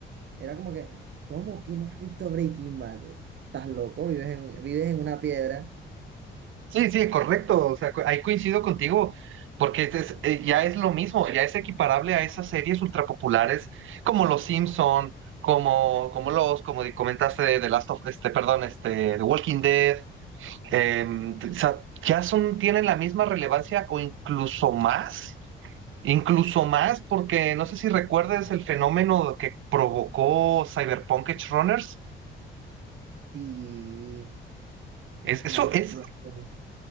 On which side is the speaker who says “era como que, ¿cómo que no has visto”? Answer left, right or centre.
Right